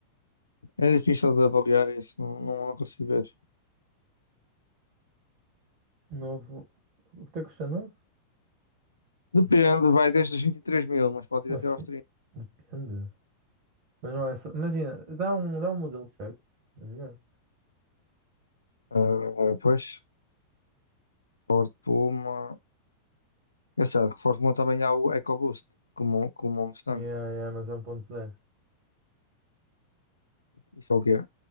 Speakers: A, on the left; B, on the right.
A: É difícil de avaliar isso, não, não, não consigo ver.
B: Novo. O que te custa novo?
A: Depende, vai desde os vinte e três mil, mas pode
B: Mas
A: ir até aos
B: sim,
A: trinta.
B: depende. Mas não é só. Imagina, dá um, dá um modelo certo, é melhor.
A: Ah, pois, Ford Puma. Engraçado que Ford Mondeo também há o EcoBoost, como, como o Mustang.
B: Yeah, yeah, mas é um ponto zero.
A: Isso é o quê?